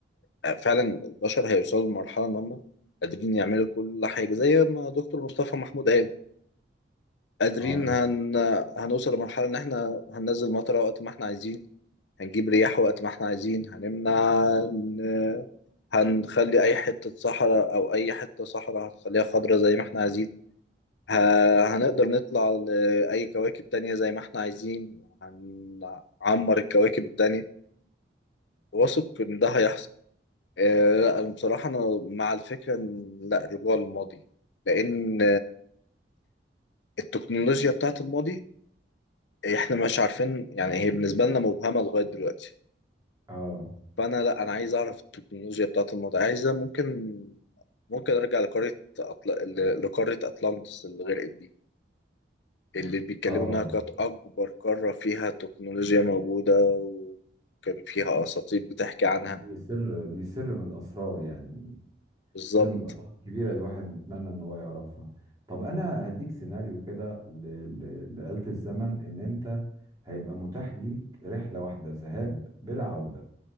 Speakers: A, on the left; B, on the right.
A: آه، فعلا البشر هيوصلوا لمرحله ان هم قادرين يعملوا كل حاجه زي ما دكتور مصطفى محمود قال قادرين
B: أه
A: هن... هنوصل لمرحلة إن إحنا هننزل مطرة وقت ما إحنا عايزين هنجيب رياح وقت ما إحنا عايزين هنمنع إن- هنخلي أي حتة صحراء أو أي حتة صحراء هنخليها خضراء زي ما إحنا عايزين ه... هنقدر نطلع لأي كواكب تانية زي ما إحنا عايزين هنعمر الكواكب التانية واثق إن ده هيحصل آه، لا أنا بصراحة أنا مع الفكرة إن لا رجوع للماضي لأن التكنولوجيا بتاعت الماضي احنا مش عارفين يعني هي بالنسبة لنا مبهمة لغاية دلوقتي
B: أه
A: فانا لا انا عايز اعرف التكنولوجيا بتاعت الموضوع عايزة ممكن ممكن ارجع لقارة أطل... ل- لقارة اطلانتس اللي غرقت دي اللي بيتكلموا
B: أه
A: انها كانت اكبر قارة فيها تكنولوجيا موجودة وكان فيها اساطير بتحكي عنها
B: دي سر دي سر من الأسرار يعني
A: بالظبط
B: سر من الأسرار الكبيرة الواحد يتمنى إن هو يعرفها طب أنا هديك سيناريو كده ل- ل- لآلة الزمن إن أنت هيبقى متاح ليك رحلة واحدة ذهاب بلا عودة